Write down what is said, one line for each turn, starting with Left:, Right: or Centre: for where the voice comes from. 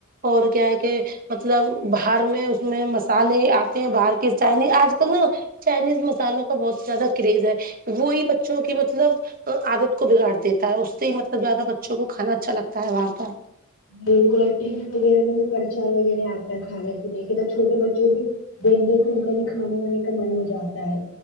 Right: اور کیا ہے کہ مطلب باہر میں اس میں مسالے آتے ہیں باہر کی چائنی آج کل نا چائنیز مسالوں کا بہت زیادہ کریز ہے وہی بچوں کی مطلب عدت کو بگاڑ دیتا ہے اس سے ہی مطلب زیادہ بچوں کو کھانا اچھا لگتا ہے بار بار
Left: بالکل اور ٹی وی وغیرہ میں بھی پرچار وغیرہ آتا ہے کھانے پینے کے تو چھوٹے بچوں بھی دیکھ دیکھ تو ان کا بھی کھانے وانے کا من ہو جاتا ہے